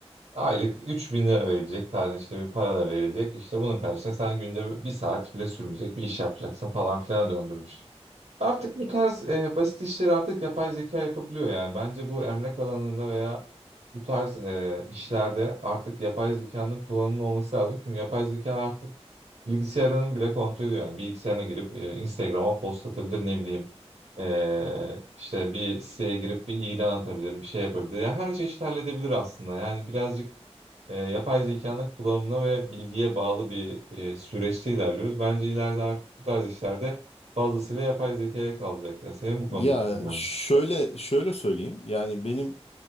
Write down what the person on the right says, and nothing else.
aylık 3000 lira verilecek tarzı işte bir para da verilecek. İşte bunun karşısında sen günde bir saat bile sürmeyecek bir iş yapacaksın falan filan Artık bu tarz e, basit işleri artık yapay zeka yapabiliyor yani. Bence bu emlak alanında veya bu tarz e, işlerde artık yapay zekanın kullanımı olması lazım. Çünkü yapay zeka artık bilgisayarının bile kontrol ediyor. Yani bilgisayarına girip e, Instagram'a post atabilir ne bileyim. E, işte bir siteye girip bir ilan atabilir, bir şey yapabilir. Ya her çeşit halledebilir aslında. Yani birazcık e, yapay zekanın kullanımına ve bilgiye bağlı bir e, süreçte ilerliyoruz. Bence ileride artık bu tarz işlerde fazlasıyla yapay zekaya kalacak. Ya senin bu konudaki
fikrin.